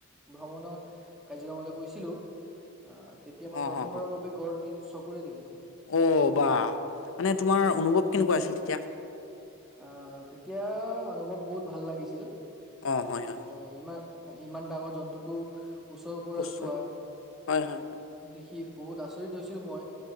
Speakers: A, in the centre; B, on the left.
A: ভ্ৰমণত কাজিৰঙালে গৈছিলোঁ । অ', তেতিয়া মই
B: অ
A: প্ৰথমবাৰৰ
B: অ অ
A: বাবে গনি চকুৰে দেখিছোঁ।
B: অ', বা মানে তোমাৰ অনুভৱ কেনেকুৱা আছিল তেতিয়া?
A: আহ', তেতিয়া অনুভৱ বহুত ভাল লাগিছিল।
B: অ হয় হয়
A: ব ইমান হয় ', ইমান ডাঙৰ জন্তুটো ওচৰ পৰা
B: উচ্চ
A: চোৱা
B: হয় হয়
A: দেখি। কি বহুত আচৰিত হৈছিলো মই?